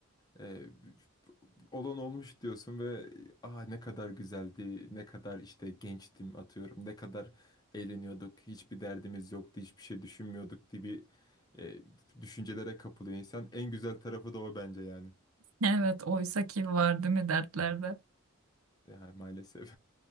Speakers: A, on the left; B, on the right.
A: Ee, olan olmuş diyorsun ve ah ne kadar güzeldi, ne kadar işte gençtim atıyorum, ne kadar eğleniyorduk, hiçbir derdimiz yoktu, hiçbir şey düşünmüyorduk gibi e, düşüncelere kapılıyor insan. En güzel tarafı da o bence yani.
B: <laughs> Evet, oysa ki var değil mi dertlerde?
A: Ya maalesef.